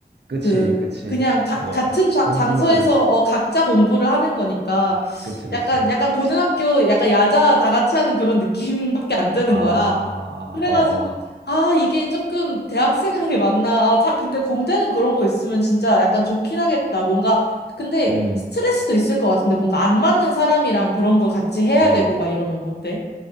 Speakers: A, on the right; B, on the left.
A: 그치,
B: 그
A: 그치.
B: 그냥 가,
A: 뭔가
B: 같은 자-
A: 공부를,
B: 장소에서 어, 각자 공부를 하는 거니까
A: 아, 그치, 그치.
B: 약간 약간 고등학교 약간 야자 다 같이 하는 그런 느낌밖에 안 드는
A: 아,
B: 거야.
A: 어,
B: 그래가지고
A: 어,
B: 아 이게 조금 대학생에게 맞나 아 자, 근데 공대는 그런 거 있으면 진짜 약간 좋긴 하겠다 뭔가 근데
A: 음,
B: 스트레스도 있을 것 같은데 뭔가 안 맞는 사람이랑 그런 거 같이 해야
A: 어.
B: 되고 막 이러면 어때?